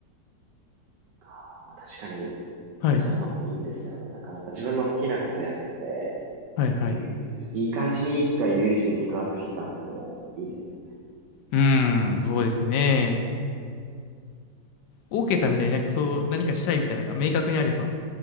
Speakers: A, on the right; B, on the left.
A: が。まあ、確かに、
B: はい、
A: そういうのもいいですよね。なかなか自分の好きなことやって、
B: はい、はい。
A: ゆいい感じにいつか悠々自適に暮らせる日があってもいいですよね。
B: うーん、そうですね。OK さんみたいになんかそう、何かしたいみたいなのが明確にあれば、